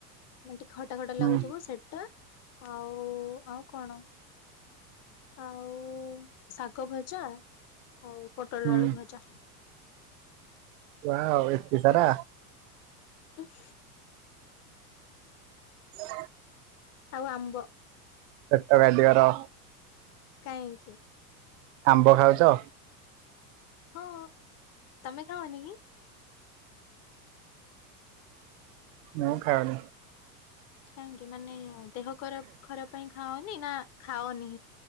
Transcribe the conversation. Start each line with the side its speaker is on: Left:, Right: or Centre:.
Left: ମାନେ ଟିକେ ଖଟା-ଖଟା
Right: ହୁଁ
Left: ଲାଗୁଥିବ ସେଇଟା ଆଉ-ଆଉ କଣ ଆଉ ଶାଗ ଭଜା ଆଉ ପଟଲ
Right: ହୁଁ
Left: ଆଳୁ ଭଜା।
Right: ଯାହା ହଉ ଏତେ ସାରା,
Left: ଉନ୍
Right: <inaudible>
Left: ଆଉ ଆମ୍ବ,
Right: ସେଟ ଗାଡ଼ିଗର,
Left: କାଇଙ୍କି?
Right: ଆମ୍ବ ଖାଉଚ
Left: ହଁ ତମେ ଖାଅନି କି?
Right: ମୁଁ ଖାଉନି।
Left: କାହିଁକି ମାନେ ଦେହ ଖରାପ୍ ଖରାପ୍ ପାଇଁ ଖାଅନି ନା ଖାଅନି